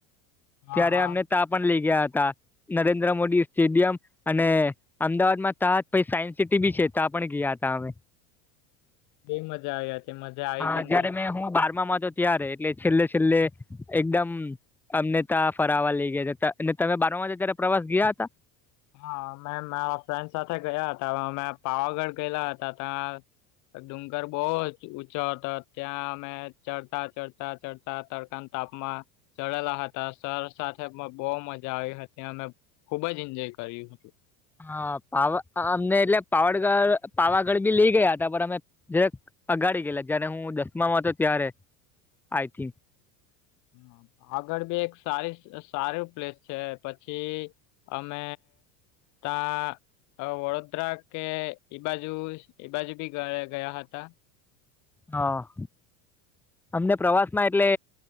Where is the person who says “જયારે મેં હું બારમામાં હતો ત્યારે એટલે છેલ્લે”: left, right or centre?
Centre